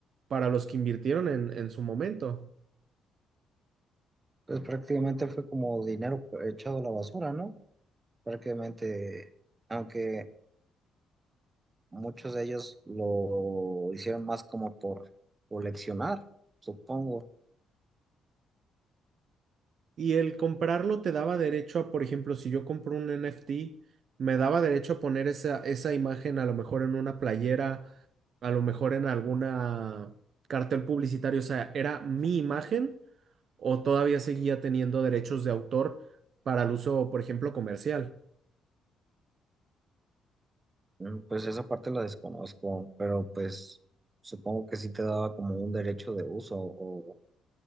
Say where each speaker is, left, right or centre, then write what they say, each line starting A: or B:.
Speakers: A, on the right (about 60°); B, on the right (about 25°).
A: para los que invirtieron en, en su momento?
B: pues prácticamente fue como dinero echado a la basura, ¿no? Prácticamente, aunque muchos de ellos lo hicieron más como por coleccionar, supongo.
A: Y el comprarlo te daba derecho a, por ejemplo, si yo compro un NFT, me daba derecho a poner esa, esa imagen a lo mejor en una playera, a lo mejor en alguna cartel publicitario. O sea, ¿era mi imagen o todavía seguía teniendo derechos de autor para el uso, por ejemplo, comercial?
B: Mm, Pues esa parte la desconozco, pero pues supongo que sí te daba como un derecho de uso o